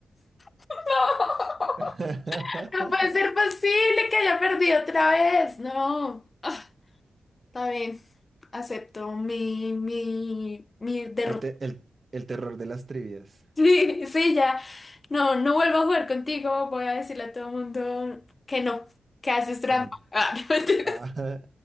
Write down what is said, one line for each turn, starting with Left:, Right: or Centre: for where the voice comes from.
Left: <laughs>
Right: <laughs>
Left: No puede ser posible que haya perdido otra vez. No. Ah, Está bien. Acepto mi, mi, mi derrota.
Right: El, te-
Left: <laughs>
Right: el, el terror de las trivias.
Left: Sí, sí, ya. No, no vuelvo a jugar contigo. Voy a decirle a todo el mundo que no, que haces trampa.
Right: Que no.
Left: Ah, <laughs> no, mentira.
Right: Ah,